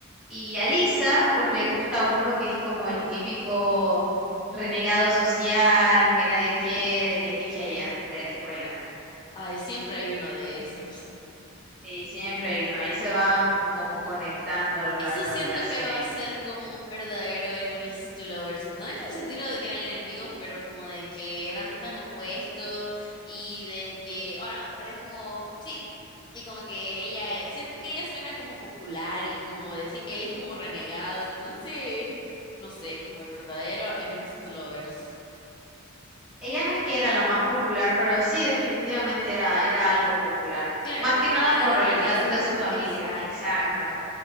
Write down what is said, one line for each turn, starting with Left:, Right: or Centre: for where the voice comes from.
Centre: Y a Lisa, pues le gusta uno que es como el típico renegado social, que nadie quiere, que aquí, que allá, de la escuela.
Left: Ay, siempre hay uno de esos.
Centre: Sí, siempre hay uno. Ahí se van como conectando a lo largo
Left: Eso siento
Centre: de la serie.
Left: que va a ser como un verdadero enemies to lovers, no en el sentido de que eran enemigos, pero como de que eran tan opuestos y de que, bueno, tal vez como, sí, y como que ella, es- siento que ella suena como popular y como decir, él es como renegado, entonces, no sé, como el verdadero enemies to lovers.
Centre: Ella no es que era la más popular, pero sí definitivamente era, era algo popular.
Left: Claro,
Centre: Más
Left: porque
Centre: que nada
Left: como era
Centre: por
Left: de la realeza.
Centre: el estatus de su familia.
Left: Exacto,
Centre: Exacto.
Left: exacto.